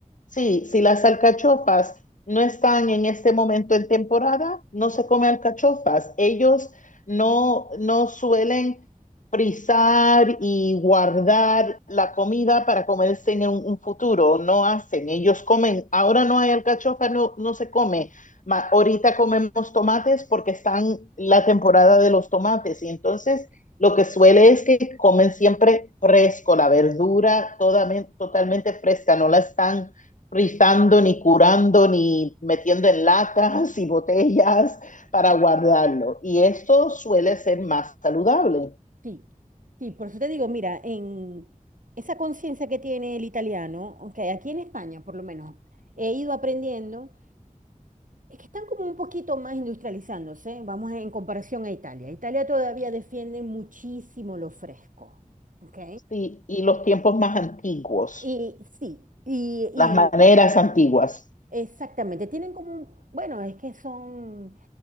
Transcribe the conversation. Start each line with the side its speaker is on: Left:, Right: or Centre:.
Left: sí, si las alcachofas no están en este momento en temporada, no se come alcachofas. Ellos no, no suelen frizar y guardar la comida para comerse en un, un futuro. No hacen, ellos comen. Ahora no hay alcachofa, no, no se come. Ma- ahorita comemos tomates porque están la temporada de los tomates y entonces lo que suele es que comen siempre fresco, la verdura todamen- totalmente fresca, no la están frizando ni curando ni metiendo en latas y botellas para guardarlo. Y esto suele ser más saludable.
Right: Sí, sí, por eso te digo, mira, en esa conciencia que tiene el italiano, aunque aquí en España por lo menos he ido aprendiendo, es que están como un poquito más industrializándose, vamos en comparación a Italia. Italia todavía defiende muchísimo lo fresco, ¿ok?
Left: Sí, y los tiempos más antiguos,
Right: Y sí, y, y
Left: las maneras antiguas,
Right: exactamente, tienen como un, bueno, es que son,